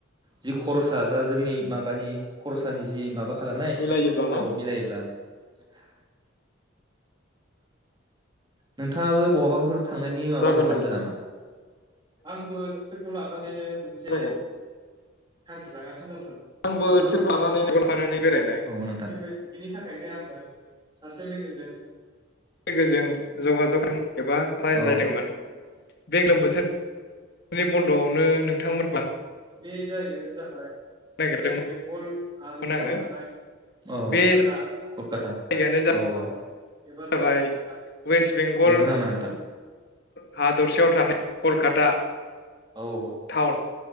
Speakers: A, on the right; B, on the left.
A: जि खरसा दा जोंनि माबानि खरसानि जि जि माबा खालामनाय
B: मिलायोब्ला ना
A: औ बिलायोब्ला <unintelligible> नोंथाङाबो बहाबाफोर थांनायनि माबा
B: जागोन
A: खालामदो
B: नोंथां
A: नामा? आंबो नोंसोरखौ लानानै से मोनसे
B: जागोन
A: थांखि लागासिन दंमोन नोंसोरखौ
B: आंबो ओनसोलखौ
A: लाफानानै
B: लानानै
A: बेरायनाय
B: लाफानानै बेरायनाय
A: औ नोंथां बेनि थाखायनो आङो सासे लोगोजों
B: लोगोजों जगाजग एबा रायज्लायदोंमोन
A: औ
B: बे गोलोम बोथोरनि बन्द'आवनो नोंथांमोनखौ लां
A: बे जायगायानो जाबाय
B: नागिरदोंमोन
A: वेस्ट बेंगल हादरसायाव
B: आङो
A: थानाय औ
B: बे
A: कलकाता कलकाता
B: जायगायानो
A: औ औ।
B: जाबाय वेस्ट बेंगल
A: नोंगौ नामा नोंथांं
B: हादरसायाव थानाय कलकाता
A: औ।
B: टाउन